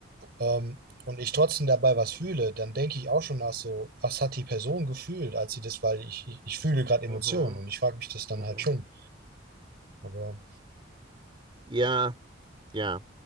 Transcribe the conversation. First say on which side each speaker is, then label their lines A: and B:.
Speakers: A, on the right (about 55°); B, on the right (about 25°).
A: ähm, und ich trotzdem dabei was fühle, dann denke ich auch schon nach so, was hat die Person gefühlt, als sie das, weil ich, ich, ich fühle gerade Emotionen
B: mhm,
A: und ich frage mich das dann
B: mhm.
A: halt schon. Aber
B: Ja, ja.